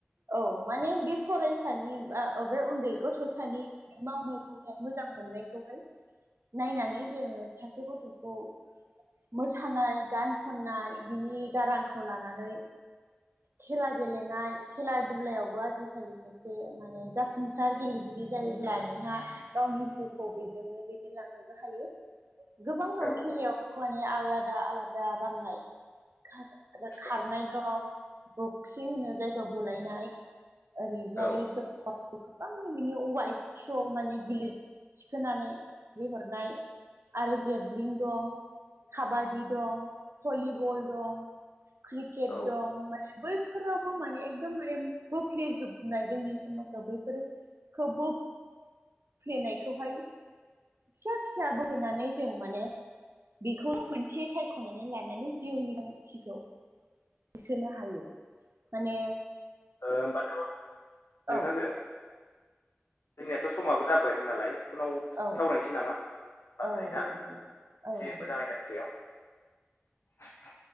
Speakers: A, on the right (about 75°); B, on the left (about 80°).
A: औ माने बे फरायसानि बा बे उन्दै गथ'सानि मावनो लुबैनाय मोजां मोननायखौहाय नायनानै जोङो सासे गथ'खौ मोसानाय गान खननाय बिनि गारांखौ लानानै खेला गेलेनाय खेला दुलायावबो आजिखालि सासे माने जाफुंसार गेलेगिरि जायोब्ला नोंहा गावनि जिउखौ बेजोंनो दैदेनलांनोबो हायो। गोबां दं
B: आंनो औ
A: खेलायाव माने आलादा आलादा राननायखागोन आरो
B: औ
A: खारनाय दं बक्सिं होनो जायखौ बुलायनाय ओरैजाय
B: औ
A: गोबां बिनि वाइभ थ्रु माने गिलिर थिखोनानै खुबैहरनाय आरो जेबलिं दं काबादि दं भलिबल दं क्रिकेट
B: औ
A: दं माने बैफोरावबो माने एकदमारे बोफ्लेेजोबनाय जोंनि समाजाव बैफोरफोरखौ ब फेनायखौहाय फिसा फिसा बोहैनानै जों माने बेखौनो मोनसे सायख'नानै लानानै जिउनि थांखिखौ होसोनो हायो माने
B: ओ होनोमबाथ' नोंथांजो
A: औ
B: जोंनियाथ' समाबो जाबोबायमोन नालाय उनाव
A: औ
B: सावरायनोसै नामा बारमनानै
A: औ दे
B: ना
A: बिदिब्ला
B: एसे
A: औ दे
B: मोजां आयदा ज <unintelligible>